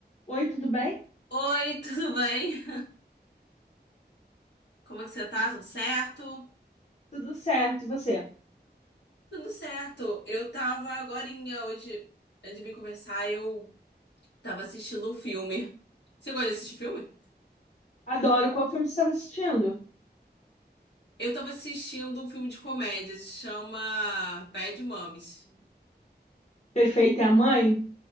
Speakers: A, on the left (about 40°); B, on the left (about 80°).
A: Oi, tudo bem?
B: Oi, tudo bem? Como é que você tá? Tudo certo?
A: Tudo certo, e você?
B: Tudo certo. Eu tava agorinha hoje, antes de vir conversar, eu tava assistindo um filme. Você gosta de assistir filme?
A: Adoro. Qual filme você estava assistindo?
B: Eu tava assistindo um filme de comédia, se chama Bad Moms.
A: Perfeita é a Mãe?